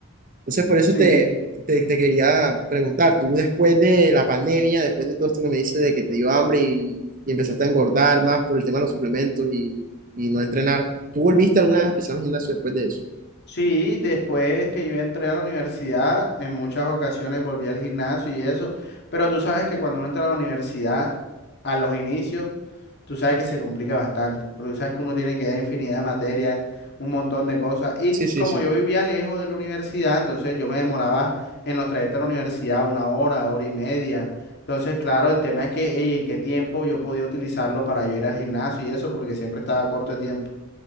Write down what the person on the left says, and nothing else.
sí,
sí, después que yo entré a la universidad, en muchas ocasiones volví al gimnasio y eso, pero tú sabes que cuando uno entra a la universidad, a los inicios, tú sabes que se complica bastante, porque tú sabes que uno tiene que dar infinidad de materias, un montón de cosas. Y
como
yo vivía lejos de la universidad, entonces yo me demoraba en los trayectos a la universidad una hora, hora y media. Entonces, claro, el tema es que, ey, en qué tiempo yo podía utilizarlo para yo ir al gimnasio y eso, porque siempre estaba corto de tiempo.